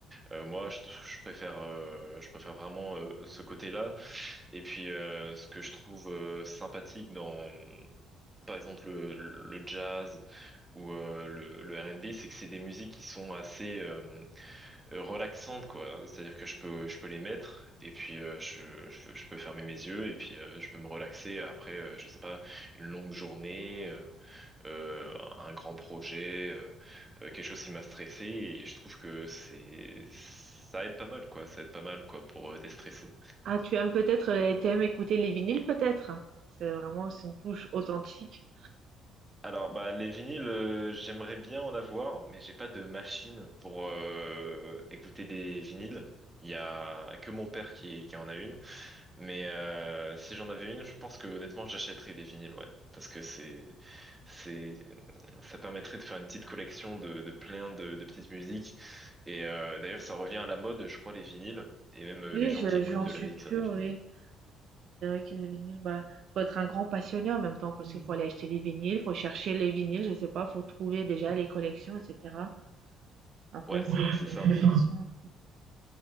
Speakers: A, on the right (about 15°); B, on the right (about 60°).
A: Euh, moi je, je préfère euh, je préfère vraiment euh, ce côté-là. Et puis euh, ce que je trouve euh, sympathique dans par exemple le, le jazz ou euh, le, le R&B, c'est que c'est des musiques qui sont assez euh, euh, relaxantes, quoi. C'est-à-dire que je peux, je peux les mettre et puis euh, je, je, je peux fermer mes yeux et puis euh, je peux me relaxer après, euh, je sais pas, une longue journée, euh, euh, un grand projet, euh, euh, quelque chose qui m'a stressé et je trouve que c'est ça aide pas mal, quoi. Ça aide pas mal, quoi, pour euh, déstresser.
B: Ah, tu aimes peut-être, euh, tu aimes écouter les vinyles peut-être? C'est vraiment, c'est une touche authentique.
A: Alors, bah, les vinyles, euh, j'aimerais bien en avoir, mais j'ai pas de machine pour euh, écouter des vinyles. Il y a que mon père qui, qui en a une, mais euh, si j'en avais une, je pense que honnêtement, j'achèterais des vinyles, ouais, parce que c'est, c'est, ça permettrait de faire une petite collection de, de plein de, de petites musiques. Et euh, d'ailleurs, ça revient à la mode, je crois, les vinyles, et même euh,
B: Oui,
A: les gens
B: je,
A: qui écoutent
B: j'en
A: de
B: suis
A: la musique sur
B: sûre,
A: des vinyles.
B: oui. C'est vrai que les vinyles, bah, faut être un grand passionné en même temps, parce qu'il faut Mhm. aller acheter les vinyles, faut chercher les vinyles, je sais pas, faut trouver déjà les collections, etc. Après,
A: Ouais,
B: c'est,
A: c'est
B: c'est
A: ça.
B: une vraie passion.